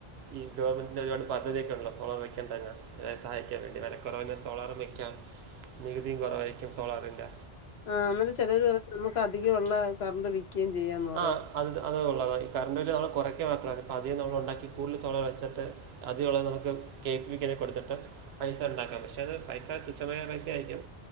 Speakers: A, on the right; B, on the left.
A: ഈ ഗവൺെന്റിന്റെ ഒരുപാട് പദ്ധതിയൊക്കെ ഉണ്ടല്ലോ സോളാറ് വെക്കാൻ തന്നെ സഹായിക്കാൻ പറ്റും വെല കൊറവിന് സോളാറും വയ്ക്കാം നികുതിയും കുറവായിരിക്കും സോളാറിൻ്റെ
B: ആഹ് അന്നിട്ട് ചിലര് പറയും നമുക്ക് അധികള്ള കറണ്ട് വിൽക്കുകയും ചെയ്യാന്ന് പറ
A: ആ അത് അത് ഒള്ളതാ ഈ കറണ്ട് ബില്ല് നമ്മ കുറക്ക മാത്രല്ല ഇപ്പോം അധികം നമ്മൾ ഉണ്ടാക്കി കൂടുതൽ സമയം വെച്ചിട്ട് അധികം ഉള്ളത് നമുക്ക് കെ എസ് ഇബിക്ക് കാരെ കൊടുത്തിട്ട് പൈസ ഉണ്ടാക്കാം പക്ഷെ അത് പൈസ തുച്ഛമായ പൈസ ആയിരിക്കും